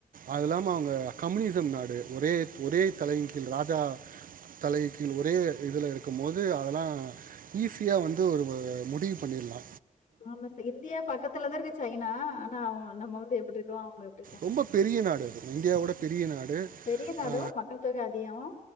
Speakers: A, on the right; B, on the left.
A: அதுல்லாம அவுங்க கம்னீசம் நாடு ஒரே ஒரே தலையின் கீழ் ராஜா தலை கீழ் ஒரே இதுல இருக்குமோது அதெல்லா ஈஸியா வந்து ஒரு முடிவு பண்ணிர்லா
B: ஆமா சார் இந்தியா பக்கத்துலதா இருக்கு சைனா ஆனா அவுங்க நம்ம வந்து எப்படி இருக்கோம் அவுங்க எப்படி இருக்காங்க.
A: ரொம்ப பெரிய நாடு அது இந்தியாவோட பெரிய நாடு
B: பெரிய நாடும்,
A: அ
B: மக்கள் தொகை அதிகம்.